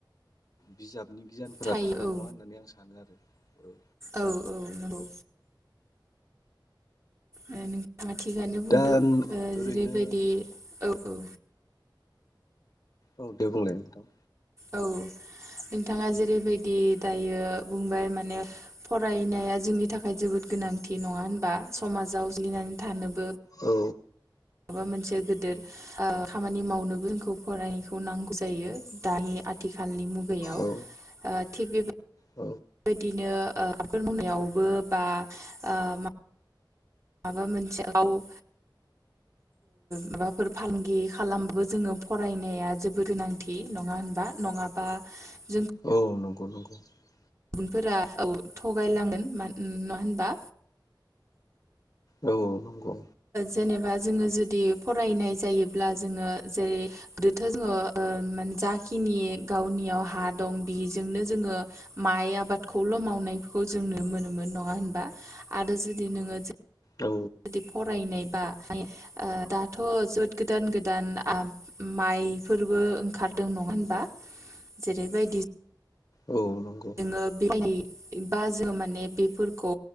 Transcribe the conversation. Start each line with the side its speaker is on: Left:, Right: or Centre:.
Left: बिजाब नि गियानफोरा
Right: थायो
Left: थानाय
Right: औ
Left: नङा होननानै आं सानो आरो औ
Right: औ औ नंगौ ओ नो थाङा थिगानो बुंदों
Left: दा
Right: ओ
Left: ओरैनो
Right: जेरैबायदि औ औ
Left: औ दे बुंलाय नोंथां
Right: औ नोंथाङा जेरैबायदि दायो बुंबाय माने फरायनाया जोंनि थाखाय जोबोद गोनांथि नङा होनबा समाजाव जलिनानै थानो
Left: औ
Right: माबा मोनसे गेदोर खामानि मावनोबो जोंखौ फरायनायखौ नांगौ जायो दानि आथि- खालनि मुगायाव
Left: औ
Right: थिग बेब बेबायदिनो
Left: औ
Right: ओ आबाद मावनायावबो बा ओ मा माबा मोनसे गाव ओ माबाफोर फालांगि खालामाबो जोङो फरायनाया जोबोद गोनांथि नङा होनबा नङाबा जों
Left: औ नंगौ नंगौ <unintelligible>
Right: गुबुनफोरा औ थगायलांगोन नङा होनबा
Left: औ औ नंगौ
Right: जेनेबा जोङो जुदि फरायनाय जायोब्ला जोङो जेरै गोदोथ' जोङो जाखिनि गावनियाव हा दं बेजोंनो जोङो माइ आबादखौल' मावनायखौ जों नुनो मोनोमोन नङा होनबा आरो जुदि नोङो
Left: औ
Right: जुदि फरायनाय बा ओ दाथ' जोद गोदान गोदान माइफोरबो ओंखारदों नङा होनबा जेरैबायदि
Left: औ नंगौ
Right: जोङो बेबायदि बा जो माने बेफोरखौ